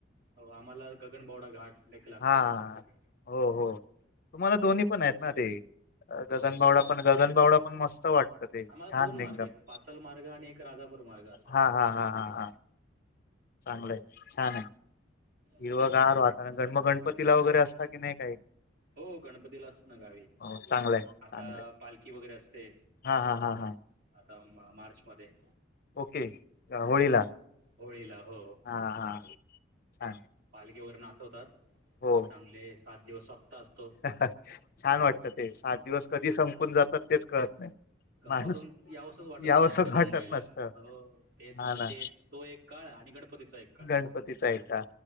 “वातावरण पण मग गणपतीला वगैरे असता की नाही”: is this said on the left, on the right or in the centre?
Left